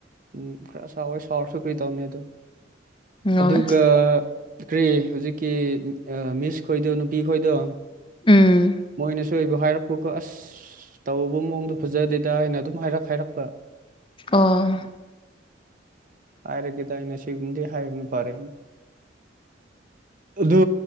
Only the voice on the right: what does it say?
ꯎꯝ ꯈꯔ ꯁꯥꯎꯋꯦ ꯁꯥꯎꯔꯁꯨ ꯀꯔꯤ ꯇꯧꯅꯤ ꯑꯗꯨ
ꯑꯗꯨꯒ ꯀ꯭ꯔꯤ ꯍꯧꯖꯤꯛꯀꯤ ꯃꯤꯁ ꯈꯣꯏꯗꯣ ꯅꯨꯄꯤ ꯈꯣꯏꯗꯣ
ꯃꯣꯏꯅꯁꯨ ꯑꯣꯏꯕ ꯍꯥꯏꯔꯛꯄꯣꯀꯣ ꯑꯁ ꯑꯁ ꯇꯧꯕ ꯃꯑꯣꯡꯗꯣ ꯐꯖꯗꯦꯗ ꯑꯩꯅ ꯑꯗꯨꯝ ꯍꯥꯏꯔꯛ ꯍꯥꯏꯔꯛꯄ
ꯍꯥꯏꯔꯒꯦꯗ ꯑꯩꯅ ꯁꯤꯒꯨꯝꯗꯤ ꯍꯥꯏꯕꯅ ꯐꯔꯦ ꯑꯩꯅ ꯑꯗꯨ